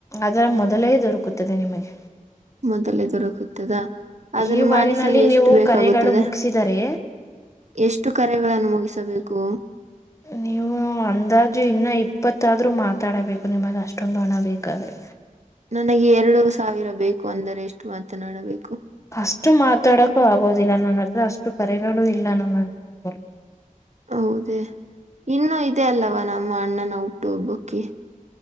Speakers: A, on the left (about 20°); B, on the right (about 55°).
A: ಅದರ ಮೊದಲೇ ದೊರಕುತ್ತದೆ ನಿಮಗೆ
B: ಮೊದಲೇ ದೊರಕದಾ ಅದನ್ನು
A: ಈ ವಾರಿನಲ್ಲಿ
B: ಮಾಡಿಸಲು ಎಷ್ಟು
A: ನೀವು
B: ಬೇಕಾಗುತ್ತದೆ
A: ಕರೆಗಳು ಮುಗಿಸಿದರೆ
B: ಎಷ್ಟು ಕರೆಗಳನ್ನು ಮುಗಿಸಬೇಕು
A: ನೀವು ಅಂದಾಜು ಇನ್ನ ಇಪ್ಪತ್ತಾದ್ರರು ಮಾತಾಡಬೇಕು ನಿಮಗ್ ಅಷ್ಟೊಂದು ಹಣ ಬೇಕಾದ್ರೆ
B: ನನಗೆ ಎರಡು ಸಾವಿರ ಬೇಕು ಅಂದರೆ ಎಷ್ಟು ಮಾತನಾಡಬೇಕು
A: ಅಷ್ಟು ಮಾತಾಡಕೂ ಆಗೋುದಿಲ್ಲ ನನ್ನ ಹತ್ರ ಅಷ್ಟು ಕರೆಗಳು ಇಲ್ಲ ನನ್ನ ಹತ್ರ ಹೇಳ್ಬಲ್ಲ
B: ಹೌದೇ ಇನ್ನೂ ಇದೆ ಅಲ್ಲವಾ ನಮ್ಮ ಅಣ್ಣನ ಹುಟ್ಟು ಒಬ್ಬಕ್ಕೆ